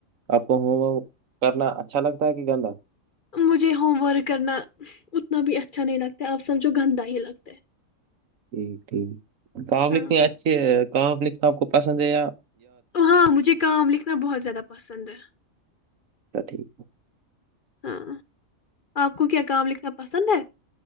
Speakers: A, on the right; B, on the left.
A: آپ کو ہوم کرنا اچھا لگتا ہے کہ گندا
B: مجھے ہوم ورک کرنا اتنا بھی اچھا نہیں لگتا ہے آپ سمجھو گندا ہی لگتا ہے
A: ٹھیک ٹھیک <unintelligible> کہاںم
B: ہاں
A: لکھنی
B: ہاں
A: اچھی ہے کہ سب کو پسند ہےیا
B: ہاں مجھے کام لکھ اتنا بہت زیادہ پسند ہے
A: ٹھیک
B: ہاں آپ کو کیا کام لکھنا پسند ہے